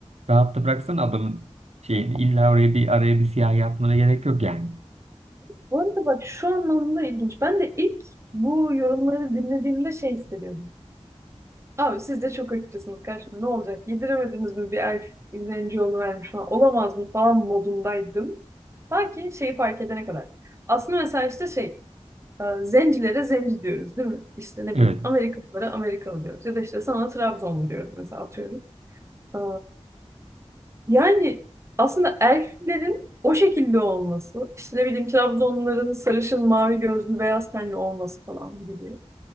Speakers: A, on the right; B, on the right.
A: Rahatta bıraksana adamın şeyini. İlla oraya bir araya bir siyah yapmana gerek yok yani.
B: Bu arada bak şu anlamda ilginç. Ben de ilk bu yorumları dinlediğimde şey hissediyordum. Abi siz de çok açıkçasınız karşım. Ne olacak? Yediremediniz mi bir elf izleyici yolu vermiş falan. Olamaz mı falan modundaydım. Ta ki şeyi fark edene kadar. Aslında mesela işte şey e, zencilere zenci diyoruz değil mi? İşte ne
A: Evet.
B: bileyim Amerikalılara Amerikalı diyoruz. Ya da işte sana Trabzonlu diyoruz mesela atıyorum. Ee, Yani aslında elflerin o şekilde olması, işte ne bileyim Trabzonluların sarışın, mavi gözlü, beyaz tenli olması falan gibi.